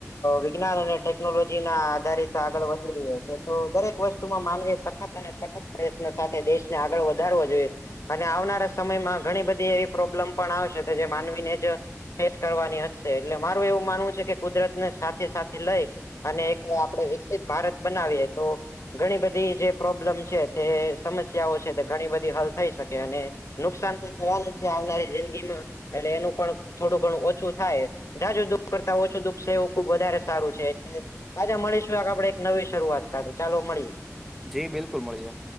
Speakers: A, on the left (about 65°); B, in the centre.
A: વિજ્ઞાન અને ટેકનોલોજી ના આધારિત આગળ વધી રહ્યો છે તો દરેક વસ્તુમાં માનવી સખત સખત પ્રયત્ન સાથે દેશને આગળ વધારવો જોઈએ અને આવનારા સમયમાં ઘણી બધી પ્રોબ્લેમ પણ આવશે તો જે માનવીને જ ફસ કરવાની હશે એટલે મારું એવું માનવું છે કે કુદરત ને સાથે સાથે લઈ અને એક આપણે વિકસિત ભારત બનાવીએ તો ઘણી બધી જે પ્રોબ્લેમ છે તે સમસ્યાઓ છે તે ઘણી બધી હલ થઈ શકે અને નુકસાન તો થવાનું આવનારી જિંદગીમાં એટલે એનું પણ થોડું ઘણું ઓછું થાય જાજ દુઃખ કરતા ઓછું દુખ છે એવું ખુબ વધારે સારું છે એટલે આજા મળીશું આ આપડે એક નવી શરૂઆત સાથે ચાલો મળીએ
B: જી બિલકુલ મળીએ